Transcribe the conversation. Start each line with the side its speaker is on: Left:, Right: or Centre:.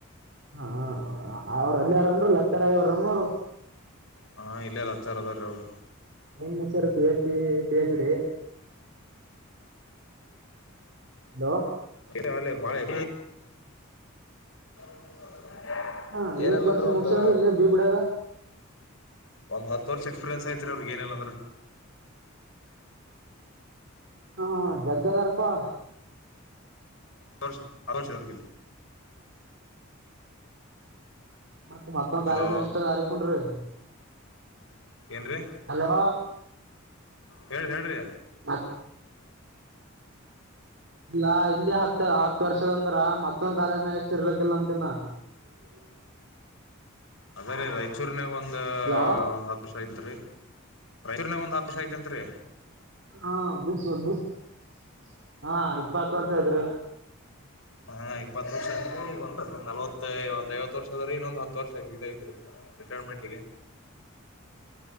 Right: ಹಾ ಅವ್ರ ಅಲ್ಲಿ ಯಾರನ್ರು ಲತ್ತರಾಯವರನ್ರು
Left: ಹಾ ಇಲ್ಲ ಅಲ್ಲ ಹತ್ತಾರದರ ಅವಳು
Right: ನ್ ಮೂರುಷರ್ P H PhD hello
Left: ಎ ಅ ಬಳ ಎ ಹೌ
Right: ಹಾ
Left: ಏನಲ್ಲ
Right: ಎಷ್ಟ್ ವರ್ಷ
Left: ಅಂದ್ರೆ ಒಂದು
Right: ಮುಗಸ್ಯಾರ ಇಲ್ಲೇ ಬೀಗುಡಾಗ
Left: ಒಂದ್ ಹತ್ತು ವರ್ಷ ಎಕ್ಸ್ಪೀರಿಯನ್ಸ್ ಐತ್ ರೀ ಅವ್ರಿಗೆ ಏನಿಲ್ಲಂದ್ರ
Right: ಹಾ ಹಾ ಜಗ್ಗದಾರಪ್ಪಾ
Left: ತೋರ್ಸಿ <unintelligible>
Right: ಮತ್ತತ್ ಮತ್ತೊ್
Left: ಹಲೋ
Right: ಕಾಲೇಜ ಎಷ್ಟ ಅದ ಅರಿಕುನ್ರಿ
Left: ಏನ್ರೀ
Right: ಹಲೋ
Left: ಹೇಳ ಹೇಳಿ್ರಿ
Right: <inaudible> ಇಲ್ಲಾ ಇಲ್ಲಿ ಹತ್ ಹತ್ ವರ್ಷದ ಅಂದ್ರ ಮತ್ತೊಂದ ಕಾಲೇಜ್ ನ ಎಷ್ಟ ಇರ್ಲಕ್ಕಿಲ್ಲ ಅಂತ ಇನ್ನ <unintelligible>
Left: ಅದೇ ರೀ ರಾಯಚೂರ್ನಾಗ ಒಂದ
Right: ಹಲೋ
Left: ಒಂದ್ ಹತ್ತು ವರ್ಷ ಐತ್ರಿ ರಾಯಚೂರುನಾಗ ಒಂದ್ ಹತ್ತು ವರ್ಷ ಐತೆತ್ರಿ
Right: <unintelligible> ಇಪ್ಪತ್ತು ವರ್ಷ ಇದ್ರೆ
Left: ಹಾ ಇಪ್ಪತ್ ವರ್ಷ ಆತ್ರಿ ಒಂದ ನಲ್ವತ್ತ ಒಂದ್ ಐವತ್ ವರ್ಷ ಅದ್ರೀ ಇನ್ನೊಂದು ಹತ್ತು ವರ್ಷ ಆಗೈಐತ್ರಿ ರಿಟೈರ್ಮೆಂಟ್ಗೆ